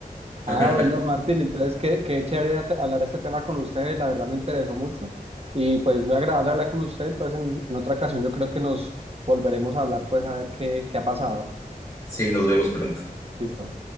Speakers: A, on the right; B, on the left.
A: Ah,
B: <laughs>
A: bueno, Martín, entonces qué, qué chévere at- hablar de este tema con ustedes, la verdad me interesó mucho y pues muy agradable hablar con usted, entonces en, en otra ocasión yo creo que nos volveremos a hablar, pues a ver qué, qué ha pasado.
B: Sí, nos vemos pronto.
A: Listo.